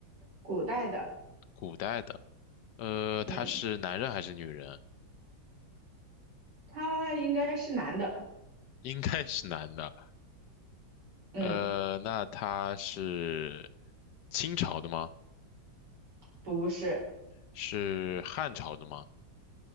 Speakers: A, on the right; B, on the left.
A: 古代的，
B: 古代的。呃，
A: 嗯，
B: 他是男人还是女人？
A: 他应该是男的，
B: 应该是男的。
A: 嗯，
B: 呃，那他是清朝的吗？
A: 不是，
B: 是汉朝的吗？